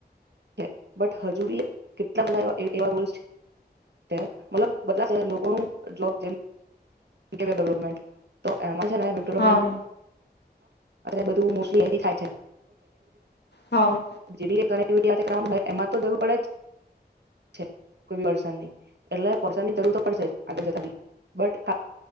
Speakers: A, on the right; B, on the left.
A: જ બટ હજુ બી કેટલા બધા એવા રુલ્સ છે કે મતલબ લોકો જોબ જય ડેવલોપમેન્ટ <unintelligible>
B: હા
A: માં અને બધું મુસ થાય છે.
B: હા હા
A: જેવી એ કરે. હોય એમાં તો જરૂ પડે જ કો વર્ષ એ ની જરૂર તો પડશે આગળ જતા બી બટ